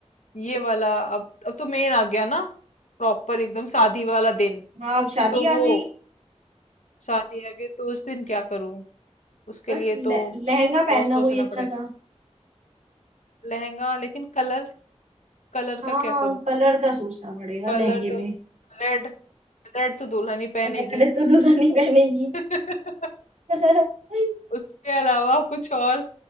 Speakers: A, on the left (about 90°); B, on the right (about 80°).
A: ये वाला अब अब तो मेन आ गया ना प्रॉपर एकदम शादी वाला दिन
B: हाँ अब शादी
A: तो वो
B: आ गई
A: शादी आ गई तो उस दिन क्या करूं उसके
B: बस
A: लिए तो
B: लह- लहंगा
A: बहुत
B: पहनना
A: सोचना
B: कोई अच्छा
A: पड़ेगा
B: सा
A: लहंगा लेकिन कलर कलर
B: हाँ
A: का क्या करूं
B: कलर का सोचना पड़ेगा
A: कलर
B: लहंगे में
A: तो रेड रेड तो दुल्हन ही पहनेगी
B: रेड तो दूल्हा नहीं पहनेगी
A: <laughs>
B: <laughs>
A: उसके अलावा कुछ और